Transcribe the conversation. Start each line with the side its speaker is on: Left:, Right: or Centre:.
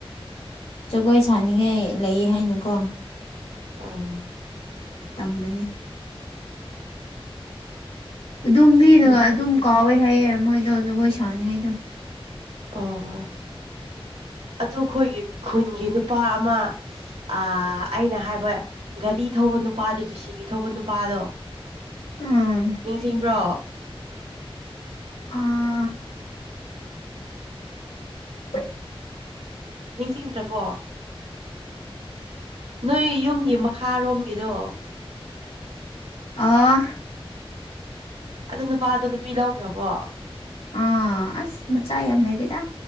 Left: ꯖꯒꯣꯏ ꯁꯥꯅꯤꯡꯉꯥꯏ ꯂꯩ ꯍꯥꯏꯅꯀꯣ
Right: ꯑꯣ
Left: ꯇꯝꯝꯕꯅꯤ ꯑꯗꯨꯝ ꯃꯤꯅꯒ
Right: ꯅꯨꯡꯁꯤꯌꯦꯅꯦ
Left: ꯑꯗꯨꯝ ꯀꯥꯎꯋꯦ ꯍꯥꯏꯌꯦ ꯃꯣꯏꯗꯣ ꯖꯒꯣꯏ ꯁꯥꯅꯤꯡꯉꯩꯗꯣ
Right: ꯑꯣ ꯑꯗꯨ ꯑꯩꯈꯣꯏꯒꯤ ꯈꯨꯟꯒꯤ ꯅꯨꯄꯥ ꯑꯃ ꯑ ꯑꯩꯅ ꯍꯥꯏꯕ ꯒꯥꯔꯤ ꯊꯧꯕ ꯅꯨꯄꯥꯗꯣ ꯖꯤꯦ ꯁꯤ ꯕꯤ ꯊꯧꯕ ꯅꯨꯄꯥꯗꯣ
Left: ꯎꯝ
Right: ꯅꯤꯡꯁꯤꯡꯕ꯭ꯔꯣ
Left: ꯑ ꯑ
Right: ꯅꯤꯡꯁꯤꯡꯗ꯭ꯔꯕꯣ ꯅꯣꯏ ꯌꯨꯝꯒꯤ ꯃꯈꯥꯔꯣꯝꯒꯤꯗꯣ
Left: ꯑ
Right: ꯑ ꯅꯨꯄꯥꯗꯣ ꯅꯨꯄꯤ ꯂꯧꯈ꯭ꯔꯕꯣ
Left: ꯑꯥ ꯑꯁ ꯃꯆꯥ ꯌꯥꯝ ꯂꯩꯔꯦꯗ